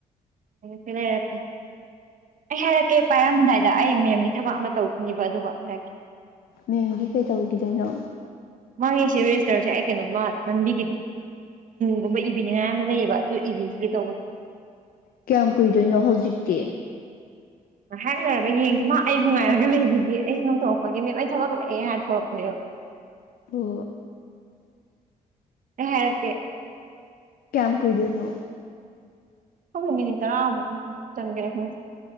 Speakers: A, on the right (about 60°); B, on the left (about 75°).
A: ꯐꯤꯅ ꯏꯔꯀꯤꯦ <unintelligible> <inaudible> ꯑꯩ ꯍꯥꯏꯔꯛꯀꯦ ꯄꯥꯏꯔꯝꯗꯥꯏꯗ ꯑꯩ ꯃꯦꯝꯒꯤ ꯊꯕꯛ ꯑꯃ ꯇꯧꯈꯤꯅꯦꯕ ꯑꯗꯨꯒ ꯍꯥꯏꯔꯛꯀꯦ
B: ꯃꯦꯝꯒꯤ ꯀꯩ ꯇꯧꯈꯤꯗꯣꯏꯅꯣ
A: ꯃꯥꯒꯤ ꯁꯤ ꯔꯦꯖꯤꯁꯇꯔꯁꯦ ꯑꯩ ꯀꯩꯅꯣꯃ ꯂꯝꯕꯤꯒꯤ ꯒꯨꯝꯕ ꯏꯕꯤꯅꯤꯉꯥꯏ ꯑꯃ ꯂꯩꯌꯦꯕ ꯑꯗꯨ ꯔꯤ ꯇꯧꯕ
B: ꯀꯌꯥꯝ ꯀꯨꯏꯗꯣꯏꯅꯣ ꯍꯧꯖꯤꯛꯇꯤ
A: ꯉꯥꯏꯍꯥꯛ ꯂꯩꯣꯏꯔꯒ ꯌꯦꯡꯁꯤ ꯃꯥ ꯑꯩꯕꯨ ꯉꯥꯏꯔꯒ ꯂꯩꯕꯒꯤꯦ ꯑꯩꯁꯨ ꯅꯣꯡ ꯇꯣꯔꯛꯄꯒꯤꯦ ꯃꯦꯝ ꯑꯩ ꯊꯕꯛ ꯂꯛꯑꯦ ꯍꯥꯏꯅ ꯊꯣꯛꯂꯛꯄꯅꯦꯕ
B: ꯑꯣ
A: ꯍꯦꯀꯦ <inaudible>
B: ꯀꯌꯥꯝ ꯀꯨꯏꯗꯣꯏꯅ
A: ꯈꯪꯉꯣ ꯃꯤꯅꯤꯠ ꯇꯔꯥꯃꯨꯛ ꯈꯪ ꯆꯪꯒꯦ ꯈꯪꯉ